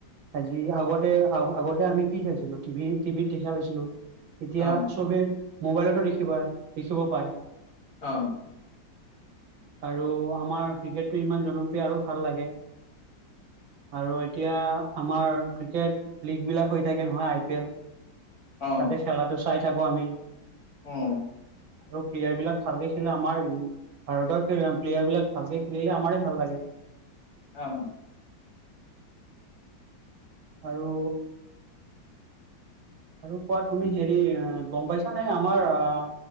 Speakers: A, on the right; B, on the left.
A: আজি আগতে আগতে আমি কি খাইছিলো টিভি টিভিত দেখা পাইছিলোঁ। এতিয়া
B: অ
A: চবেই মোবাইলটো দেখিব, পাৰে দেখিব পায়।
B: অ।
A: আৰু আমাৰ ক্ৰিকেটটো ইমান জনপ্ৰিয় আৰু ভাল লাগে। আৰু এতিয়া আমাৰ ক্ৰিকেট লিগ বিলাক হৈ থাকে নহয় আই পি এল।
B: অ
A: তাতে খেলাটো চাই থাকোঁ আমি।
B: উম।
A: আৰু প্লেয়াৰ বিলাক ভালকে খেলা আমাৰ। ভাৰতৰ প্লেয়াৰ বিলাক ভালকে খেলিলে আমাৰে ভাল লাগে?
B: অ।
A: আৰু আৰু কোৱা তুমি হেৰি গম পাইছা নাই আমাৰ আহ